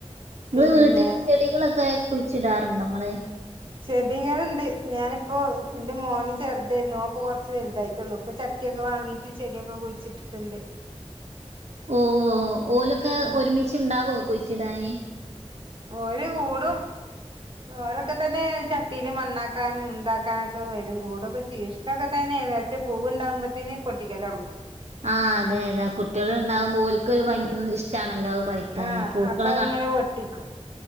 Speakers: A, on the right; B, on the right.
A: നിങ്ങടെ
B: പിന്നെ
A: വീട്ടിൽ ചെടികളൊക്കെ കുഴിച്ചിടാറുണ്ടോ നിങ്ങള്
B: ചെടികൾ ഉണ്ട് ഞാനിപ്പോ എന്റെ മോന് ചെറുതായിരുന്നുഓന് ഇ പ്പൊ കൊറച്ച് വലുതായിട്ടുള്ളു ഇപ്പൊ ചട്ടിയൊക്കെ വാങ്ങിയിട്ട് ചെടിയൊക്കെ കുഴിച്ചിട്ടിട്ടുണ്ട്
A: ഓ ഓ ഓലൊക്കെ
B: ഉം
A: ഒരുമിച്ച് ഉണ്ടാവോ കുഴിച്ചിടാന്
B: ഒരു കൂടും ഓരൊക്കെ തന്നെ ചട്ടിയില് മണ്ണാക്കാനും ഇതാക്കാനൊക്കെ വരും കൂടൊക്കെ ചെയ്യും ഇതൊക്കെ തന്നെയാരുന്നു വച്ചേ പൂവ് ഉണ്ടാവുമ്പോത്തേന് പൊട്ടിക്കൽ തുടങ്ങും
A: ആഹ് അതെ അതെ കുട്ടികൾഉണ്ടാകുമ്പോൾ ഒരുക്കത്
B: ഉം
A: ഇഷ്ടണല്ലോ പറ <unintelligible>
B: ആഹ്
A: <unintelligible> പൂക്കളെ
B: അപ്പൊ ഇങ്ങനെ പൊട്ടിക്കും